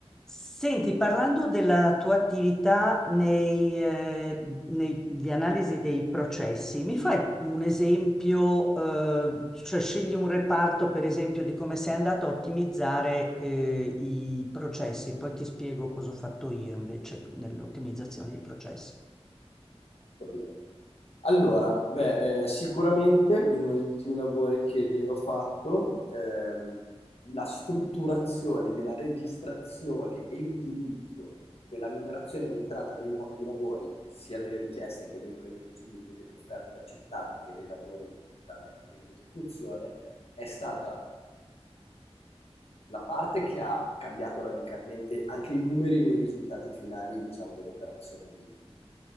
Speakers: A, in the centre; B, on the left (about 65°).
A: Senti, parlando della tua attività nei, eh, nei- di analisi dei processi, mi fai un esempio, eh, cioè scegli un reparto, per esempio, di come sei andato a ottimizzare, eh, i processi, poi ti spiego cosa ho fatto io invece nell'ottimizzazione dei processi.
B: Va bene. Allora, beh, eh, sicuramente in uno degli ultimi lavori che ho fatto, ehm, la strutturazione della registrazione e utilizzo della numerazione in entrata dei nuovi lavori, sia delle richieste che dei preventivi, che delle offerte accettate, che dei lavori da mettere in esecuzione, è stata la parte che ha cambiato radicalmente anche i numeri nei risultati finali, diciamo, dell'operazione di, di